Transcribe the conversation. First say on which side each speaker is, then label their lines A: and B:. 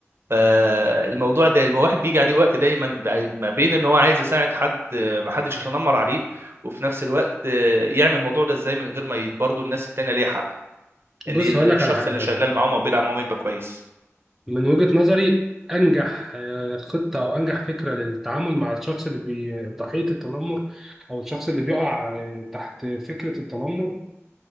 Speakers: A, on the right; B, in the centre.
A: فالموضوع ده الواحد بيجي عليه وقت دايما بع- ما بين ان هو عايز يساعد حد آه، ما حدش يتنمر عليه وفي نفس الوقت آه، يعمل الموضوع ده ازاي من غير ما ي- برضه الناس التانية ليها حق
B: بص
A: ان الشخص
B: هقول لك على حاجه
A: اللي شغال معاهم او بيلعب معاهم يبقى كويس
B: من وجهة نظري أنجح آه، خطة أو أنجح فكرة للتعامل مع الشخص اللي بي... ضحية التنمر أو الشخص اللي بيقع آه، تحت فكرة التنمر